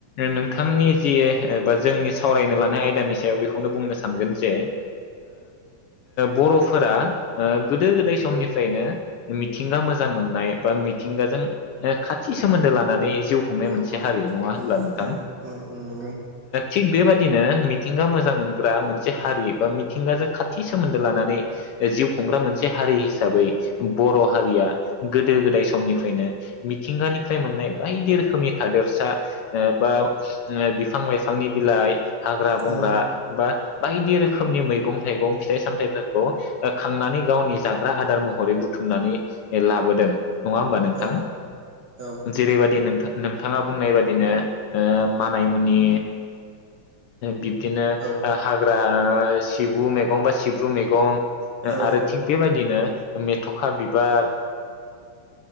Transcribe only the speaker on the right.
औ
उम
उम उम नंगौ
औ
औ औ
उम औ
औ